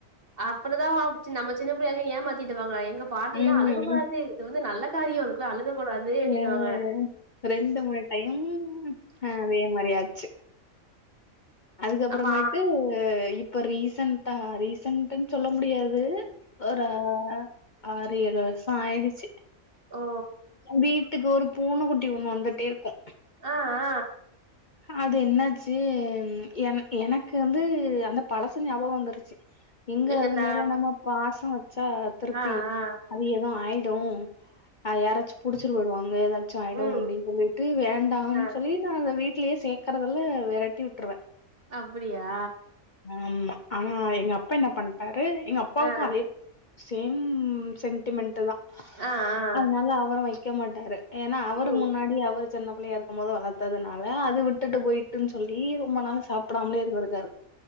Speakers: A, on the right; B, on the left.
A: அப்புடிதா வ நம்ம சின்ன பிள்ளைங்க ஏமாத்திடுவாங்க எங்கப் பாட்டியெல்லா
B: ம்
A: அழுகக்கூடாது இது வந்து நல்ல காரியோ அதுக்கெல்லா அழுகக்கூடாது அப்டின்னு
B: ம்
A: வாங்க
B: ரெண்டு மூணு டைம் ஆ அதே மாரியாச்சு அதுக்கப்புறமேட்டு
A: ஆமா.
B: இப்ப ரீசன்டா ரீசன்ட்டுன்னு சொல்ல முடியாது ஒரு ஆ ஆறு ஏழு வருஷோ ஆயிடுச்சு
A: ஓ!
B: வீட் டுக்கு ஒரு பூனக் குட்டி ஒண்ணு வந்துட்டே இருக்கு
A: ஆ ஆ
B: அது என்னாச்சு என எனக்கு வந்து அந்த பழசு ஞாபகோ வந்துரு ச்சு எங்க
A: நீங்க
B: அது
A: இந்த
B: மேல நம்ம பாச வெச்சா திருப்பி
A: ஆ, ஆ.
B: அதுக் கு எதோ ஆயிடு அ யாராச்சு புடிச்சட்டு போயிடுவாங்க ஏதா ச்சாயிடும்
A: ம்.
B: அபடின்னு சொல்லிட்டு வேண்டானு
A: அ.
B: சொல்லி நா அந்த வீட்லேயே சேக்கறதல்ல வெரட்டி விட்டுருவே
A: அப்டியா
B: ஆமா ஆனா எங்க அப்பா என்ன பண்ட்டாரு எங்க அப்பாவுக்கு
A: ஆ,
B: அதே சேம் சென்டிமெண்டட் தா
A: ஆ, ஆ.
B: அதனால அவரு வெக்க மாட்டாரு ஏன்னா அவரு
A: ம்.
B: முன்னாடி அவரு சின்ன பிள்ளையா இருக்கு போது வளத்தது நா ல அது விட்டுட்டு போயிட்டுனு சொல்லி ரொம்ப நாள சாப்பிடாமலே இருந்திருக்காரு